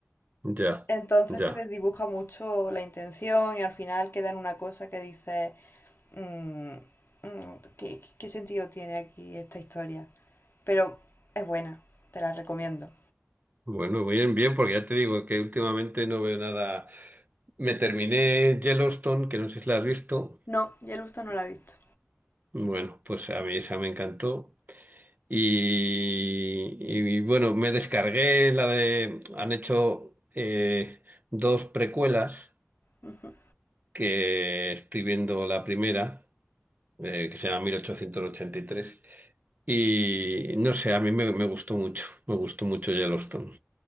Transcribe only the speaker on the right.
Ya,
ya.
Bueno, bien, bien, porque ya te digo que últimamente no veo nada. Me terminé Yellowstone, que no sé si la has visto.
Bueno, pues a mí esa me encantó. Y, y, bueno, me descargué la de... Han hecho eh, dos precuelas
que estoy viendo la primera, eh, que se llama 1883. Y tres. Y no sé, a mí me, me gustó mucho, me gustó mucho Yellowstone.